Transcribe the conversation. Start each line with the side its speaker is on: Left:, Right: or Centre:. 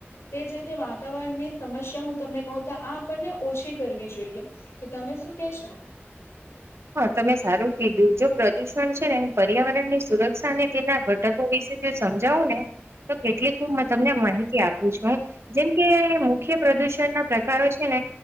Left: તે જ રીતે વાતાવરણની સમસ્યા, હું તમને કહું તો આ આપણને ઓછી કરવી જોઈએ. તો તમે શું કેશો?
Right: હા, તમે સારું કીધું, જો પ્રદુષણ છે ને પર્યાવરણ ની સુરક્ષા અને તેના ઘડકો વિશે સમજાવું ને તો કેટલીક હું તમને માહિતી આપ પુ છું જેમ કે, મુખ્ય પ્રદુષણ ના પ્રકારો છે ને